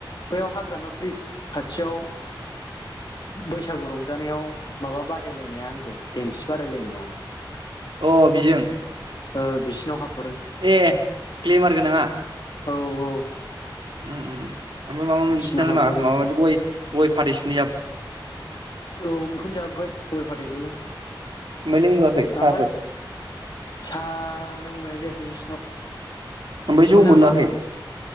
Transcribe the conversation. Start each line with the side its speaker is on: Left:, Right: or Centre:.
Left: बैयाव हाग्रामा ब्रिज खाथियाव बैसागु रंजानायाव माबा बादायलायनाया आंजों देमसि बादायलायनाया।
Right: अ बिजों
Left: ओ बिसिनाव हाब
Right: ए ग्लेमार गोनाङा?
Left: औ औ
Right: उम उम ओमफ्राय माबा मोनसे
Left: बिसिनाव
Right: नालाय
Left: हाबबोदों
Right: मा <unintelligible> गय गय फाथै सुनै जाब
Left: औ बेख खौनो जाबोबाय गय फाथैखौनो।
Right: ओमफ्राय लोंबोआखै साहाफोर
Left: ओमफाय साहा लोंबोनाय जायासै दै बिस्नाव
Right: ओमफ्राय जौ
Left: मोनाबाहाय
Right: मोनलोङाखै